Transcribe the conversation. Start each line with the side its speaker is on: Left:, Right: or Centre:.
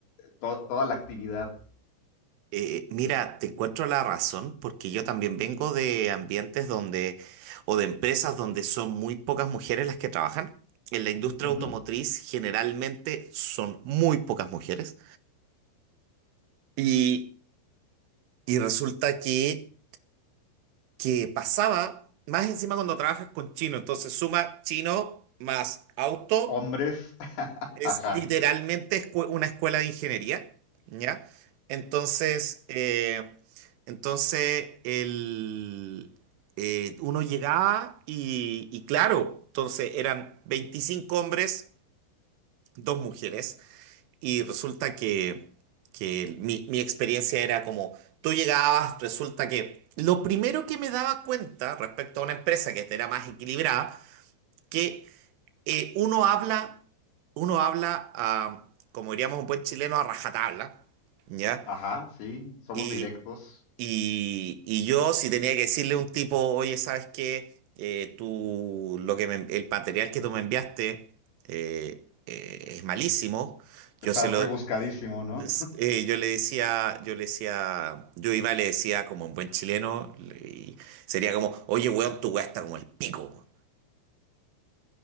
Left: to- toda la actividad.
Right: Eh, mira, te encuentro la razón porque yo también vengo de ambientes donde, o de empresas donde son muy pocas mujeres las que trabajan. En la industria
Left: Ujú.
Right: automotriz generalmente son muy pocas mujeres. Y, y resulta que, que pasaba más encima cuando trabajas con chino. Entonces suma chino más auto
Left: Hombres,
Right: Es
Left: <laughs> ajá,
Right: literalmente escue- una escuela de ingeniería, ¿ya? Entonces, eh, entonces el, eh, uno llegaba y, y claro, entonces eran 25 hombres, dos mujeres, y resulta que, que mi, mi experiencia era como, tú llegabas, resulta que lo primero que me daba cuenta respecto a una empresa que era más equilibrada, que eh, uno habla, uno habla, ah, como diríamos un buen chileno, a rajatabla, ¿ya?
Left: ajá, sí, somos
Right: Y,
Left: directos.
Right: y- y yo si tenía que decirle a un tipo, oye, ¿sabes qué? Eh, tú, lo que me- el material que tú me enviaste eh, eh, es malísimo.
Left: Está
Right: Yo se
Left: rebuscadísimo,
Right: lo,
Left: ¿no?
Right: es- eh, yo le decía, yo le decía, yo iba y le decía como un buen chileno, le- y sería como, oye, weón, tu weá está como el pico.